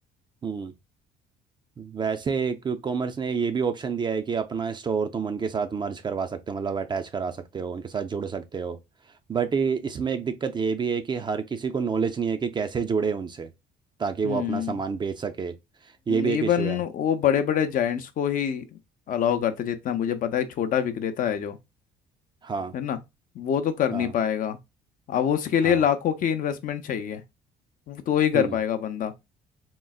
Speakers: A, on the right; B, on the left.
A: हम्म वैसे क्विक कॉमर्स ने ये भी ऑप्शन दिया है कि अपना स्टोर तुम उनके साथ मर्ज करवा सकते हो मतलब अटैच करा सकते हो उनके साथ जुड़ सकते हो बट इसमें एक दिक्कत ये भी है कि हर किसी को नॉलेज नहीं है कि कैसे जुड़े उनसे ताकि
B: हम्म
A: वो अपना सामान बेच सके ये भी
B: इवन
A: एक इशू है
B: वो बड़े बड़े जायंट्स को ही अलाउ करते जितना मुझे पता है छोटा विक्रेता है जो
A: हाँ
B: है ना वो तो कर
A: हाँ
B: नहीं पाएगा अब उसके
A: हाँ
B: लिए लाखों की इन्वेस्टमेंट चाहिए वो तो ही कर
A: हम्म
B: पाएगा बंदा